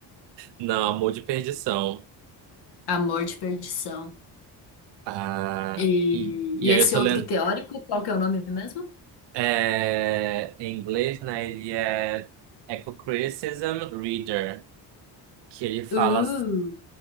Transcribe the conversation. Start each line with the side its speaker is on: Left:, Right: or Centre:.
Right: não, Amor de Perdição.
Left: Amor de Perdição.
Right: Ah,
Left: E,
Right: e, e
Left: e
Right: aí
Left: esse
Right: eu tô
Left: outro
Right: lendo
Left: teórico, qual que é o nome mesmo?
Right: é, em inglês, né? Ele é Eco-Criticism Reader, que ele fala
Left: Uh,